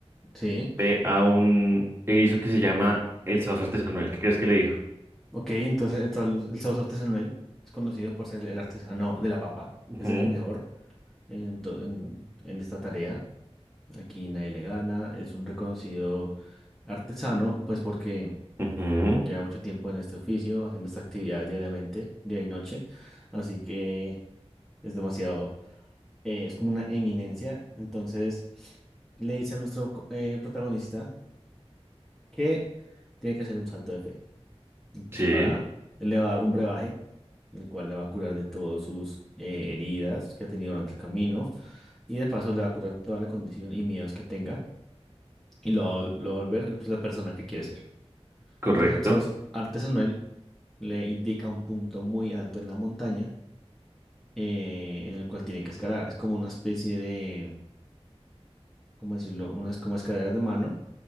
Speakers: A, in the centre; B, on the right.
A: Sí.
B: ve a un erizo que se llama el sauce artesanal. ¿Qué crees que le dijo?
A: Ok, entonces el, sal- el sauce artesanal es conocido por ser el artesano de la papa.
B: Ujú,
A: Ese es el mejor en, to- en en esta tarea. Aquí nadie le gana, es un reconocido artesano, pues porque
B: ujú,
A: lleva mucho tiempo en este oficio, haciendo esta actividad diariamente, día y noche, así que es demasiado, eh, es como una eminencia. Entonces le dice a nuestro co- eh, protagonista que tiene que hacer un salto de fe. Entonces
B: sí,
A: para, él le va a dar un brebaje, el cual le va a curar de todas sus eh, heridas que ha tenido durante el camino y de paso le va a curar toda la condición y miedos que tenga. y lo va, a vol- lo va a volver pues, la persona que quiere ser.
B: correcto.
A: Entonces el sauce artesanal le indica un punto muy alto en la montaña eh, en el cual tiene que escalar. Es como una especie de, ¿cómo decirlo? Unas como escaleras de mano.